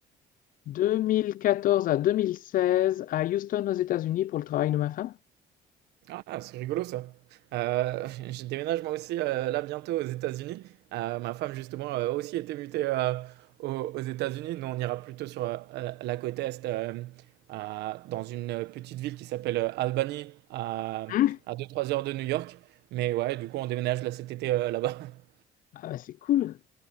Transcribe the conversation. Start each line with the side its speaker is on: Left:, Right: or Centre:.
Left: 2014 à 2016 à Houston aux États-Unis pour le travail de ma femme.
Right: Ah, c'est rigolo ça. Euh, <laughs> je déménage moi aussi euh, là bientôt aux États-Unis. Euh, ma femme justement a aussi été mutée euh, aux, aux États-Unis. Nous, on ira plutôt sur euh, la côte est, euh, à- dans une petite ville qui s'appelle euh, Albany, à,
Left: Hein
Right: à deux trois heures de New York. Mais ouais, du coup, on déménage là cet été euh, là-bas. <laughs>
Left: Ah bah, c'est cool,